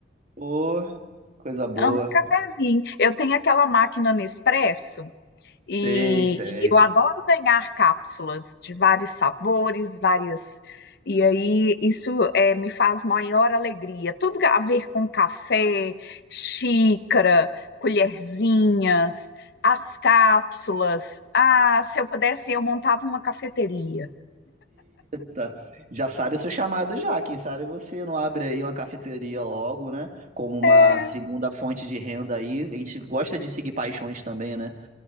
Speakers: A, on the right; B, on the left.
A: Ô, coisa boa.
B: Amo um cafezinho. Eu tenho aquela máquina Nespresso. E,
A: Sei, sei.
B: e eu adoro ganhar cápsulas de vários sabores, várias. E aí isso eh, me faz maior alegria. Tudo a ver com café, xícara, colherzinhas, as cápsulas. Ah, se eu pudesse, eu montava uma cafeteria.
A: Tá. Já sabe o seu chamado já. Quem sabe você não abre aí uma cafeteria logo, né? Como uma
B: É,
A: segunda fonte de renda aí. A gente gosta de seguir paixões também, né?